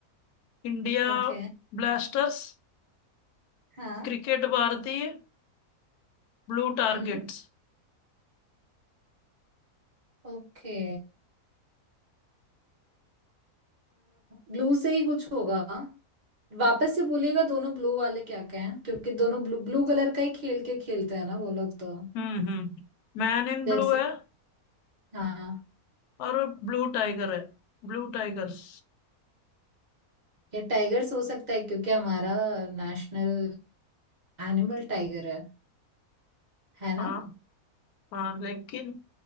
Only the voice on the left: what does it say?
India
blasters
cricket भारतीय ब्लू टारगेट्स
हम्म हम्म मैन इन
ब्लू है
और ब्लू टाइगर है ब्लू टाइगर्स
हाँ
हाँ लेकिन